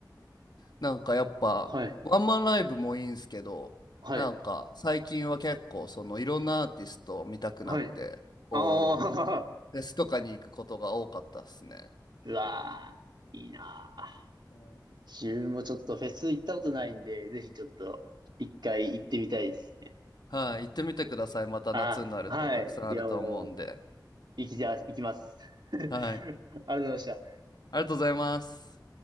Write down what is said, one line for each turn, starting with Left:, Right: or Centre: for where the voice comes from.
Left: なんかやっぱワンマンライブもいいんすけどなんか最近は結構そのいろんなアーティストを見たくなってこう
Right: はい。はい。はい。ああ、
Left: フェスとかに行くことが多かったっすね。
Right: <laughs> うわー、いいなー。
Left: うん
Right: 自分もちょっとフェス行ったことないんで、ぜひちょっと一回行ってみたいですね。
Left: はい、行ってみてください。また夏になるとたくさんあると思うんで。
Right: ああ、はい。いや、もう、行きじゃ、行きます。<laughs> あり
Left: はい、
Right: がとうございました。
Left: ありがとうございます。